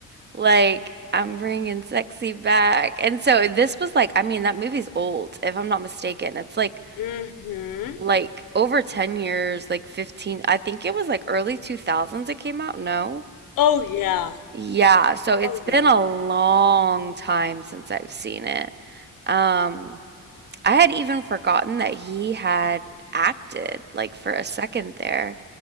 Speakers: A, on the right; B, on the left.
A: Like, I'm bringing sexy back. And so this was like, I mean, that movie's old, if I'm not mistaken. It's like
B: Mm-hmm.
A: like over 10 years, like 15. I think it was like early 2000s it came out. No.
B: Oh yeah.
A: Yeah, so it's
B: Oh
A: been
B: yeah.
A: a long time since I've seen it. Um, I had even forgotten that he had acted like for a second there,